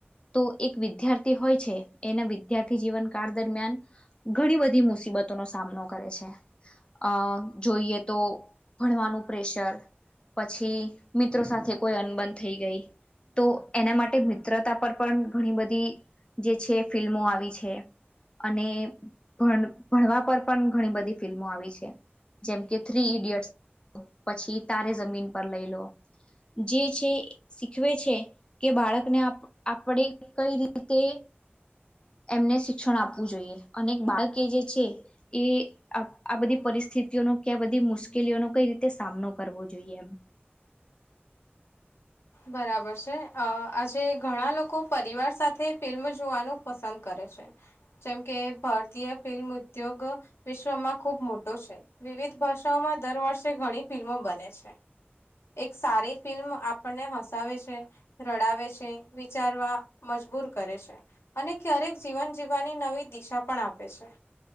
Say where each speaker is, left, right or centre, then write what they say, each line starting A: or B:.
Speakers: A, on the left; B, on the left.
A: તો એક વિદ્યાર્થી હોય છે એના વિદ્યાર્થી જીવનકાળ દરમિયાન ઘણી બધી મુસી બતો નો સામનો કરે છે અ જોઈએ તો ભણવાનું પ્રેશર પછી મિત્રો સાથે કોઈ અનબંધ થઈ ગઈ તો એના માટે મિત્રતા પર પણ ઘણી બધી જે છે ફિલ્મો આવી છે અને ભણ ભણવા પર પણ ઘણી બધી ફિલ્મો આવી છે જેમ કે થ્રી ઈડિયટ્સ પછી તારે જમીન પર લઈ લો જે છે શીખવે છે કે બાળકને આપણે કઈ રીતે હ એમને શિક્ષણ આપવું જોઈએ અને બાળકે જે છે એ આ બધી પરિસ્થિતિ સ્થિતિઓ ન ક્યા બધી મુશ્કેલીઓનો કઈ રીતે સામનો કરવો જોઈએ એમ <inaudible>
B: બરાબર છે આજે ઘણા લોકો પરિવાર સાથે ફિલ્મ જોવાનું પસંદ કરે જેમ કે ભારતીય ફિલ્મ ઉદ્યોગ વિશ્વમાં ખુબ મોટો છે વીવી વિવિધ ભાષાઓમાં દર વર્ષે ઘણી ફિલ્મો બને છે એક સારી ફિલ્મ આપણને હસાવે છે રડાવે છે વિચારવા મજબૂ મજબૂર કરે છે અને ક્યારેક જીવન જીવવાની નવી દિશા પણ આપે છે